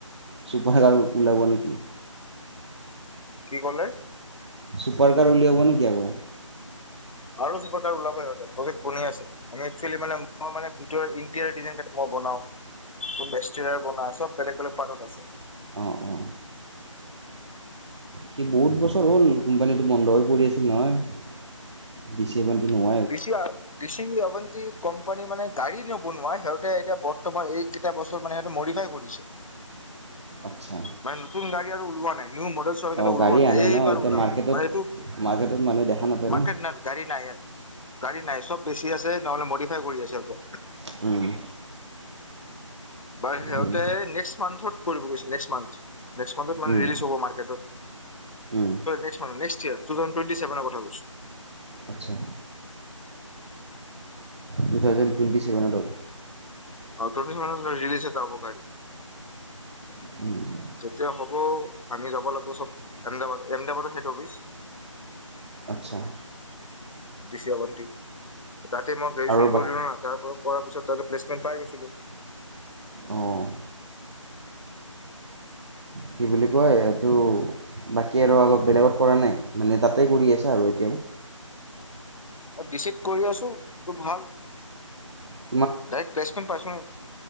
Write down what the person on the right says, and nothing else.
চুপাৰ হেকাৰ ওলাব নেকি?
ছুপাৰ কাৰ উলিয়াব নেকি আকৌ
অ', অ, সি বহুত বস্তু
<inaudible>
আচ্ছা
অঁ
গাড়ী
আনে
ন এতিয়া
মাৰ্কেটত
মাৰ্কেটত মানুহে দেখা নাপায়
ন
উম,
উম,
উম, উম,
উম।
আচ্ছা, টু থউজেড টুৱেণ্টিভেনতল
উম,
আচ্ছা,
আৰু
বাকী
অ', কি বুলি কয় এইটো বাকী আৰু আগ বেলেগত কৰা নাই, মানে তাতে কৰি আছে আৰু এতিয়াও
অ',